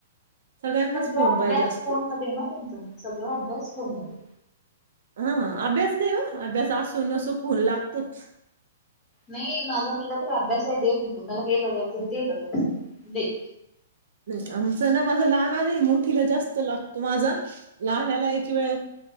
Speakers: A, on the right (about 70°); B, on the left (about 20°).
A: सगळ्यांनाच
B: सगळ्या
A: फोन पाहिजे
B: बेस्ट
A: असतो.
B: फोन मध्ये ना तुमच सगळ्या बेस्ट फोन मध्ये
A: हा अभ्यास नाही हो अभ्यास असून सुोपवून लागतोच
B: नाही माझा मुला तर अभ्यास आहे दे म्हण तु मला हे बघायचंय ते बघायचं दे
A: नाही आमचं ना माझा लहना नाही मोठीला जास्त लागतो माझा लहानाला एक वेळ